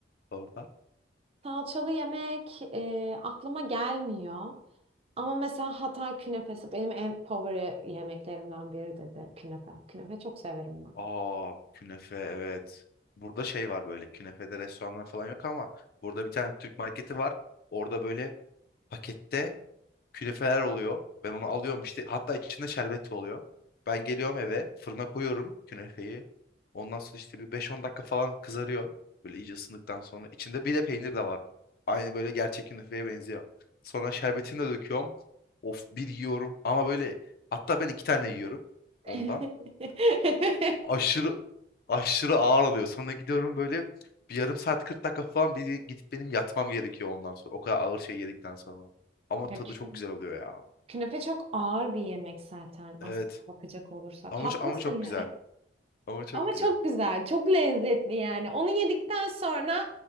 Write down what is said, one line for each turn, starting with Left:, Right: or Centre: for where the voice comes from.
Left: orada?
Right: Salçalı yemek e, aklıma gelmiyor. Ama mesela Hatay künefesi benim en favori yemeklerimden biridir de künefe. Künefe çok severim ben.
Left: Aa, künefe evet. Burada şey var böyle künefede restoranlar falan yok ama burada bir tane Türk marketi var. Orada böyle pakette künefeler oluyor. Ben onu alıyorum işte. Hatta içinde şerbet oluyor. Ben geliyorum eve fırına koyuyorum künefeyi. Ondan sonra işte bir 5-10 dakika falan kızarıyor. Böyle iyice ısındıktan sonra. İçinde bir de peynir de var. Aynı böyle gerçek künefeye benziyor. Sonra şerbetini de döküyorum. Of bir yiyorum ama böyle hatta ben iki tane yiyorum
Right: <laughs>
Left: ondan. Aşırı aşırı ağır oluyor. Sonra gidiyorum böyle bir yarım saat 40 dakika falan bir gidip benim yatmam gerekiyor ondan sonra. O kadar ağır şey yedikten sonra. Ama
Right: Ya
Left: tadı
Right: kü-
Left: çok güzel oluyor ya.
Right: Künefe çok ağır bir yemek zaten aslında
Left: Evet.
Right: bakacak olursak.
Left: Ama
Right: Haklısın
Left: ço- ama çok
Right: ya.
Left: güzel. Ama çok
Right: Ama
Left: güzel.
Right: çok güzel, çok lezzetli yani. Onu yedikten sonra